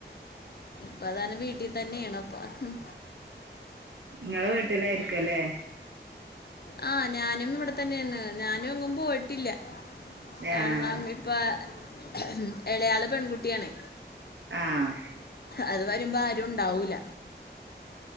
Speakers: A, on the left; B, on the right.
A: പ്പതാനും വീട്ടി തന്നെണ് വഹ ഹ
B: നിങ്ങള് വീട്ടിലായിരിക്കല്ലേ
A: ആ ഞാനും ഇവിടെ തന്നെണ് ഞാനും എങ്ങും പോയിട്ടില്ല കാരണം
B: ആഹ്
A: ഇപ്പൊ ഉം എളയാള് പെൺകുട്ടിയാണ്
B: ആഹ്
A: അത് <unintelligible> ഞ്‌പ്പാരുണ്ടാവൂല